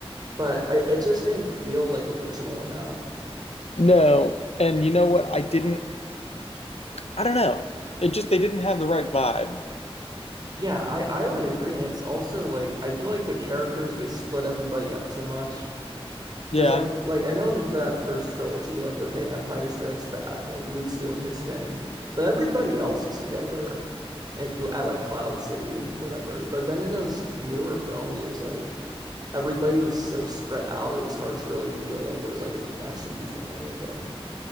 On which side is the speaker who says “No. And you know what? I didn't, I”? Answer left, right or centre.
Left